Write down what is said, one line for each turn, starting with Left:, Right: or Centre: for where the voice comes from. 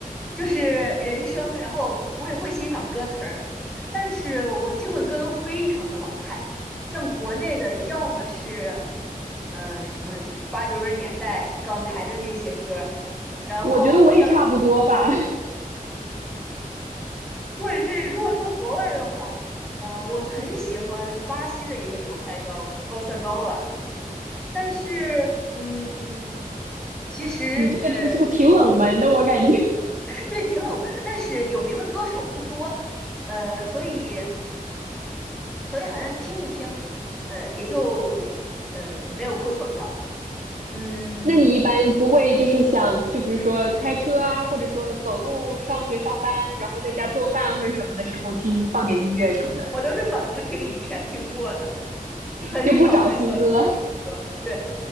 Centre: 就是人声，然后我也会欣赏歌词儿，但是我听的歌都非常的老派，像国内的，要么是，嗯、可能八九十年代港台的那些歌儿，然后像，
Right: 我觉得我也差不多吧，
Centre: 或者是如果说国外的话，呃，我很喜欢巴西的一个流派叫 Bossa Nova，但是，嗯，其实，
Right: <laughs> 你这个就是挺冷门的，
Centre: 呃，就是有名。
Right: 我感觉。<laughs>
Centre: 对，挺冷门的，但是有名的歌手不多，呃，所以所以好像听一听，呃，也就呃没有库存了。嗯，
Right: 那你一般不会就是想，就比如说开车啊，或者说走路上学上班，然后在家做饭或者什么的时候听放点音乐什么的？
Centre: 我都是反复听以前听过的，很少很少听新歌。
Right: 就不找新歌。
Centre: 对，